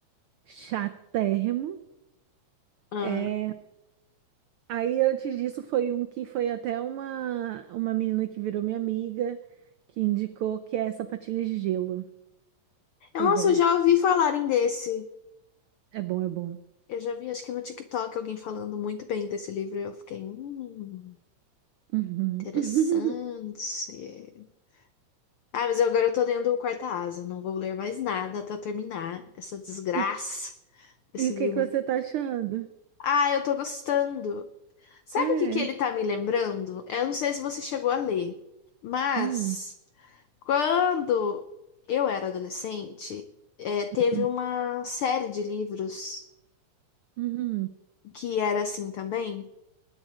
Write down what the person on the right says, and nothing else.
Chatérrimo.
É, Aí antes disso foi um que foi até uma uma menina que virou minha amiga, que indicou que é sapatilhas de gelo. Foi
bom.
É bom, é bom.
Uhum.
<laughs>
E,
e o que
que você tá achando?
É.
Hum.
Uhum.
Uhum.